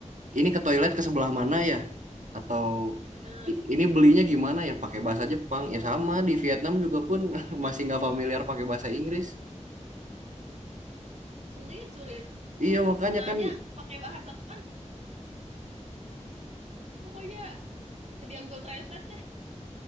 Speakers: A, on the right; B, on the right.
A: ini ke toilet ke sebelah mana ya atau
B: Nah,
A: "I- ini belinya gimana ya pakai bahasa Jepang ya sama di Vietnam juga pun <laughs> masih nggak familiar pakai bahasa Inggris
B: sulit sulit.
A: iya makanya
B: Nanya
A: kan
B: pakai bahasa kan pokoknya dia Google Translate